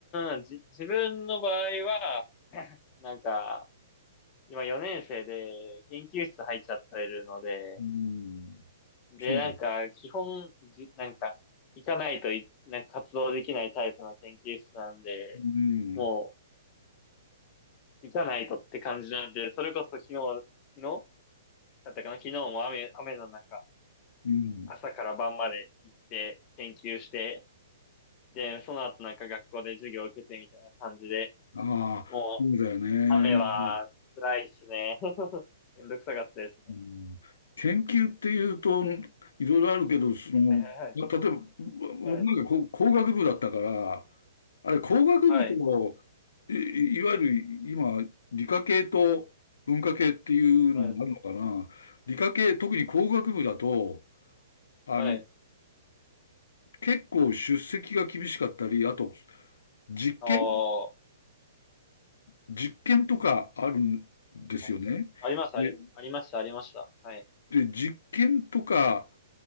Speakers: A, on the left; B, on the left.
A: ーん、じ、自分の場合は、<laughs> なんか、今4年生で研究室入っちゃってるので、
B: うん。
A: で、
B: そうなんだ。
A: なんか、基本、じ、なんか、行かないとい、なんか活動できないタイプの研究室なんで、
B: うん。
A: もう、行かないとって感じなんで、それこそ昨日、昨日だったかな昨日も雨、雨の中、
B: うん。
A: 朝から晩まで行って研究して、で、その後なんか学校で授業を受けてみたいな感じで、
B: ああ、
A: もう、
B: そうだよね。
A: 雨は辛いっすね。<laughs> めんどくさかったですね。
B: うん、研究っていうといろいろあるけど、その、
A: はいはいはい。
B: ま例えば、僕なんか工工学部だったから、
A: は
B: あれ工学部と、
A: い。
B: い、いわゆる今、理科系と文化系っていうのもあるのかな。
A: はい。はい。
B: 理科系、特に工学部だと、あの、
A: はい。はい。
B: 結構出席が厳しかったり、あと、実験、
A: あー
B: 実験とかあるんですよね。
A: ああります、
B: で、
A: あり、ありました、ありました。はい。
B: で、実験とか、